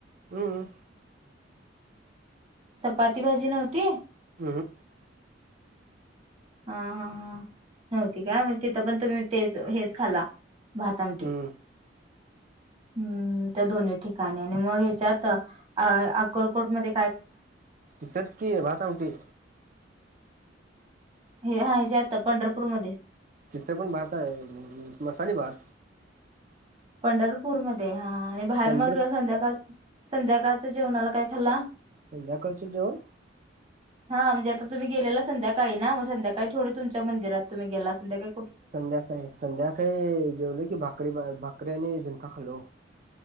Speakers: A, on the right; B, on the right.
A: हम्म.
B: चपाती भाजी नव्हती?
A: हम्म.
B: हा हा हा नव्हती काय म्हणजे तिथं पण तुम्ही तेच हेच खाल्ला? भाता आमटी
A: हम्म
B: हम्म. त्या दोनही ठिकाणी. आणि मग ह्याच्यात आ आ अकोलकोटमध्ये
A: तितच कि भाता आमटी.
B: हे हा हेच्यातं पंढरपूरमध्ये?
A: तीथ पण भात आहे मसाली भात.
B: पंढरपूरमध्ये हा आणि बाहेर
A: पंढर
B: मग संध्याकाळच संध्याकाळच्या जेवणाला काय खाल्ला.
A: संध्याकाळचं जेवन
B: हा म्हणजे आता तुम्ही गेलेला संध्याकाळी ना म संध्याकाळी थोडी तुमच्या मंदिरात तुम्ही गेला असन त्यापे
A: संध्याकाळी संध्याकाळी जेवलं की भाकरी भाकरी आणि झुनका खाल्लो.